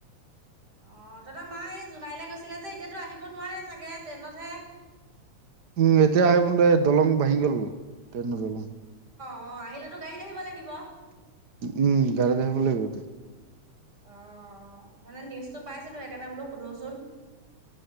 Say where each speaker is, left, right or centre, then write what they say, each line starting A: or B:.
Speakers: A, on the right; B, on the right.
A: অ' তহত মা এই জোনাইলে গৈছিলে যে এতিয়াতো আহিব নোৱাৰে চাগে ট্ৰেইনতহে।
B: উম এতিয়া আহিব নোৱাৰে দলং ভাঙি গ'ল ট্ৰেইন নচলে।
A: অ' আহিলেতো গাড়ীত আহিব লাগিব।
B: উম গাড়ীত আহিব লাগিব এতিয়া।
A: অ' মানে নিউজটো পাইছিলো সেইকাৰণে বোলো সোধোচোন।